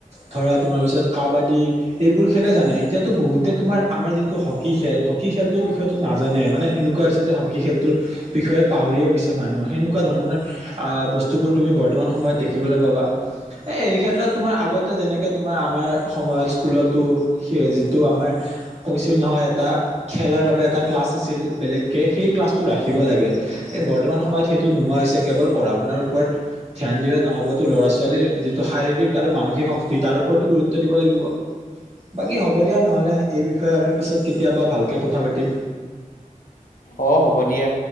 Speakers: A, on the right; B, on the left.
A: ধৰা তোমাৰ পিছত কাবাডী এইবোৰ খেলে জানে। এতিয়াতো বহুতে তোমাৰ আমাৰ যিটো হকী খেল হকী খেলটোৰ বিষয়েটো নাজানে মানে এনেকোৱা হৈছে যে হকী খেল তো বিষয়ে পাহৰিয়ে গৈছে মানুহ। সেনেকোৱা ধৰণৰ আহ বস্তুবোৰ তুমি বৰ্তমান সময়ত দেখিবলৈ পাবা। এ এই ক্ষেত্ৰত তোমাৰ আগতে যেনেকে তোমাৰ আমাৰ সময়ত স্কুলতো যিটো আমাৰ কৈছিল নহয় এটা খেলা এটাৰ বাবে এটা ক্লাছ আছিল বেলেগকে সেই ক্লাছটো ৰাখিব লাগে। এ বৰ্তমান সময়ত সেইটো নোহোৱা হৈছে কেৱল পঢ়া শুনাৰ ওপৰত ধ্যান দিলে নহবতো ল'ৰা ছোৱালীৰ যিটো শাৰীৰিক আৰু মানসিক শক্তি তাৰ ওপৰতো গুৰুত্ব দিব লাগিব। বাকী হ'ব দিয়া নহ'লে এই বিষয়ে আৰু পিছত কেতিয়াবা ভালকে কথা পাতিম।
B: অ হ'ব দিয়া।